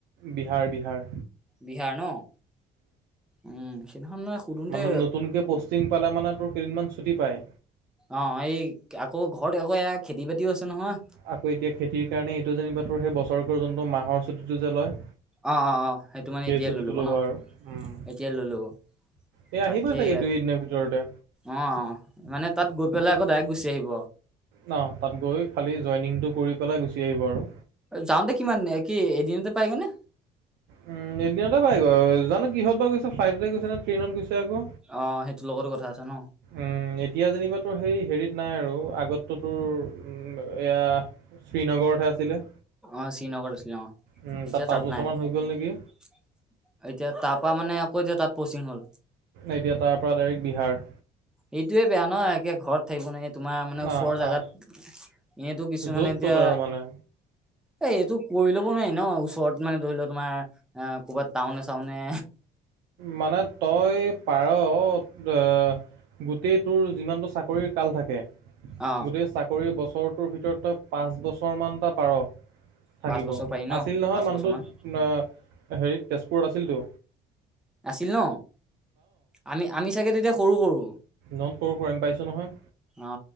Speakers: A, on the right; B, in the centre.
A: বিহাৰ বিহাৰ
B: বিহাৰ ন উম সেইদিনাখন মই সুধোতে
A: মানে নতুনকে পষ্টিং পালে মানে তোৰ কেইদিনমান ছুটি পায়
B: অ এই আকৌ ঘৰত আকৌ এয়া খেতি বাতিও আছে নহয়
A: আকৌ এতিয়া খেতিৰ কাৰণে এইটো যেনিবা তোৰ সেই বছৰকৰ যোনটো মাহৰ চুটীটো যে লয়
B: অ অ অ সেইটো মানে
A: সেই
B: এতিয়াই
A: ছুটিটো
B: লৈ ল'ব ন
A: আৰু উম।
B: এতিয়াই লৈ ল'ব
A: এই
B: তাকে
A: আহিবই চাগে দুই এদিনৰ ভিতৰতে
B: অ' মানে তাত গ পেলাই আকৌ দাইৰেক্ট গুচি আহিব
A: ন তাত গৈ খালি জইনিংটো কৰি পেলাই গুচি আহিব আৰু
B: যাও তে কিমান কি এদিনতে পাইগেনে
A: উম এদিনতে পাই গ জানো কিহতৰ বা গৈছ ফ্লাইটতে গৈছে নে ট্ৰেইনত গৈছে আকৌ
B: অ সেইটো লগতো কথা আছে ন
A: উম এতিয়া যেনিবাতো সেই হেৰিত নাই আৰু আগত তো তোৰ এয়া শ্ৰীনগৰতহে আছিলে
B: অ শ্ৰীনগৰত আছিলে অ
A: উম,
B: এতিয়া
A: পাঁচ
B: তাত
A: বছৰমান
B: নাই
A: হৈ
B: এতিয়া
A: গ'ল নেকি
B: তাৰাপা মানে আকৌ এতিয়া তাত পস্টিং হল
A: এতিয়া তাৰ পৰা ডাইৰেক্ট বিহাৰ,
B: এইটোয়ে বেয়া ন একে ঘৰত থাকিব নোৱাৰে তোমাৰ মানে ওচৰৰ
A: অ
B: জোগাত
A: অ
B: এতিয়াটো কিছুমানে
A: য'ত
B: এতিয়া
A: ত'ত আৰু মানে
B: এ এইটো কৰিলো। নোৱাৰি ন ওচৰত মানে ধৰি লও তোমাৰ অ ক'ৰবাত টাউনে চাউনে
A: মানে তই পাৰ অ এ গোটেই তোৰ যিমানটো চাকৰি কাল থাকে
B: অ
A: গোটেই চাকৰি বছৰটোৰ ভিতৰত তই পাঁচ বছৰমানটা পাৰ
B: পাঁচ
A: থাকিব
B: বছৰ পাৰি ন
A: আছিল নহয়
B: পাঁচ
A: মানুহটোত
B: বছৰ মান
A: ন হেৰিত তেজপুৰত আছিলতো।
B: আছিল ন আমি আমি চাগে তেতিয়া সৰু-সৰু।
A: নট সৰু সৰু আমি পাইছো নহয়
B: অ